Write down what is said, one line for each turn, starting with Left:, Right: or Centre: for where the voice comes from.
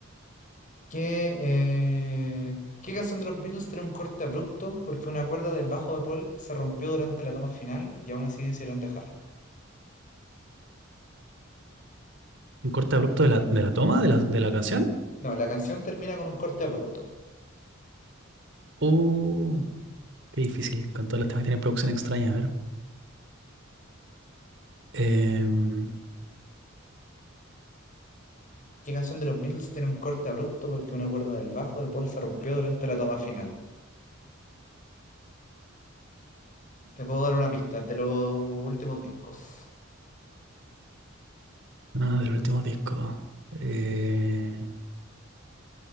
Left: ¿qué, eh, ¿qué canción de los Beatles tiene un corte abrupto porque una cuerda del bajo de Paul se rompió durante la toma final y aún así decidieron dejarla?
Right: Un corte abrupto de la, de la toma de la, de la canción.
Left: No, la canción termina con un corte abrupto.
Right: Uh, qué difícil, con todos los temas que tienen producción extraña, a ver. Em,
Left: ¿Qué canción de los Beatles tiene un corte abrupto porque una cuerda del bajo de Paul se rompió durante la toma final? Te puedo dar una pista de los últimos discos.
Right: no, del último disco. Eh,